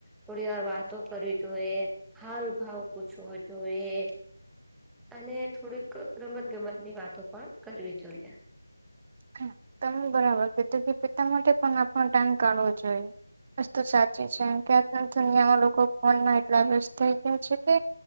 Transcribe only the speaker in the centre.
થોડી વાર વાતો કરવી જોઈએ હાલ ભાવ પૂછવો જોઈએ અને થોડીક રમત ગમત ની વાતો પણ કરવી જોઈએ